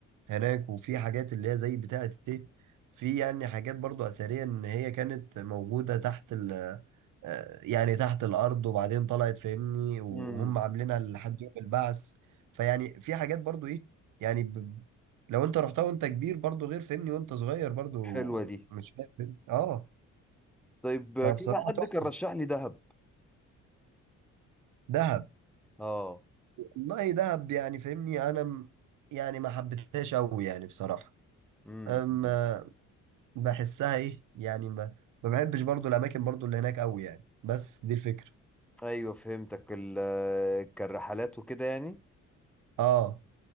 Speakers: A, on the right; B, in the centre.
A: هناك وفي حاجات اللي هي زي بتاعة إيه في يعني حاجات برضو أثرية إن هي كانت موجودة تحت ال... آه، يعني تحت الأرض وبعدين طلعت فاهمني وهم
B: امم
A: عاملينها لحد يوم البعث فيعني في حاجات برضو إيه يعني ب... لو أنت رحتها وأنت كبير برضو غير فاهمني وأنت صغير برضو
B: حلوة دي
A: مش فاهم اه
B: طيب
A: فبصراحة
B: آه، كذا حد
A: تحفة
B: كان رشح لي دهب
A: دهب
B: أه
A: والله دهب يعني فاهمني انا م- يعني ما حبيتهاش قوي يعني بصراحه
B: امم
A: اما
B: أمم.
A: بحسها ايه يعني ما, ما بحبش برضو الاماكن برضو اللي هناك قوي يعني بس دي الفكره
B: أيوه فهمتك ال آه، كان رحلات وكده يعني
A: اه